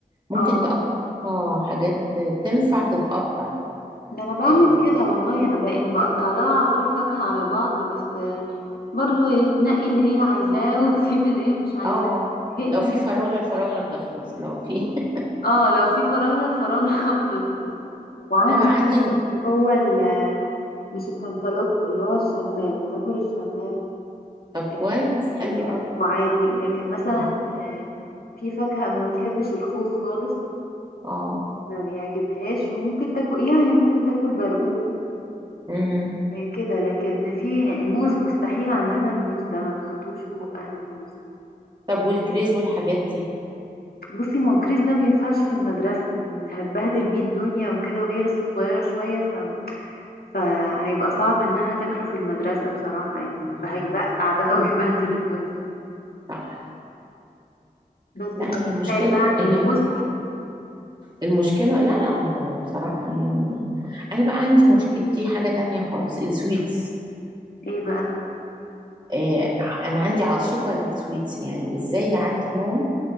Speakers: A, on the right; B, on the left.
A: ممكن
B: اه
A: تقطعها حاجات تنفع تتقطع يعني
B: ده انا بعمل
A: إيه،
B: كده والله انا بق- بقطع لها على طول فاكهة على بعض بس آه، برضو تنقي اللي هي عايزاه <laughs> وتسيب اللي هي مش عايزاه
A: اه
B: زهقت
A: لو في
B: من قصة
A: فراولة
B: اللانش
A: الفراولة تخلص
B: بوكس دي
A: لو في <laughs>
B: اه لو في فراولة الفراولة <laughs> بتخلص وعندي
A: انا بقى
B: بتاكل
A: عندي
B: اللي هو ال- مش الكنتالوب اللي هو الشمام بتاكل الشمام
A: طب
B: آه،
A: كويس حلو
B: بتحبه
A: قوي
B: عادي لكن مثلا
A: اه
B: آه، في فاكهة ما بتحبش الخوخ خالص
A: اه
B: ما بيعجبهاش وممكن تاكل يعني ممكن تاكل برقوق
A: امم
B: آه، كده لكن في يعني موز مستحيل عندنا الموز ده ما بتحطوش في بقها الموز
A: طب والكريز والحاجات دي
B: بصي ما هو كريس ده ما ينفعش في المدرسة هتبهدل بيه الدنيا وكده وهي لسه صغيرة شوية ف... فهيبقى صعب انها تاكله في المدرسة بصراحة يعني هيبقع
A: امم
B: بقى ويبهدل الدنيا
A: صح
B: بس فبعد
A: لا هي مشكلة
B: بقى عن
A: هي
B: الموز
A: المشكلة لا لا ما هو بصراحة يعني أنا بقى عندي مشكلتي حاجة تانية خالص السويتس
B: ايه
A: آه ع- أنا عندي عاشقة للسويتس يعني
B: بقى
A: إزاي يعدي يوم